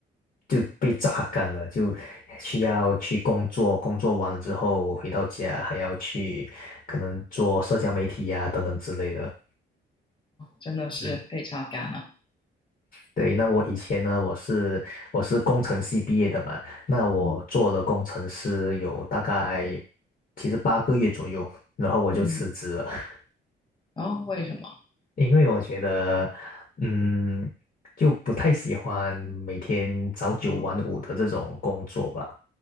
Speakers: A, on the left; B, on the left.
A: 就被榨干了，就需要去工作，工作完了之后回到家还要去可能做社交媒体呀、等等之类的。
B: 真的是被榨干了。
A: 嗯对，那我以前呢，我是我是工程系毕业的嘛，那我做了工程师有大概
B: 嗯
A: 其实八个月左右，然后我就辞职了，
B: 嗯，
A: <laughs>
B: 然后为什么？
A: 因为我觉得，嗯，就不太喜欢每天早九晚五的这种工作吧。
B: 哦